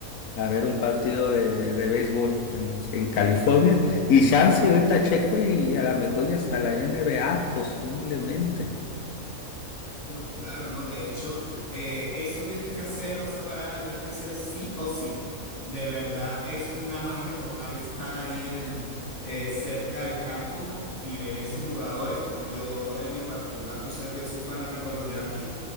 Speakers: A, on the left; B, on the left.
A: a ver un partido de, de béisbol en, los- en California y chance ahorita Checo y a lo mejor y hasta la NBA posiblemente.
B: Claro, claro, ¿no? De hecho, eh, eso tienes que hacer, o esa parada la tienes que hacer sí o sí. De verdad, es una magia total estar ahí en el, eh, cerca del campo y ver esos jugadores. Yo, en mi particular, tú sabes que yo soy fanático a los Yankees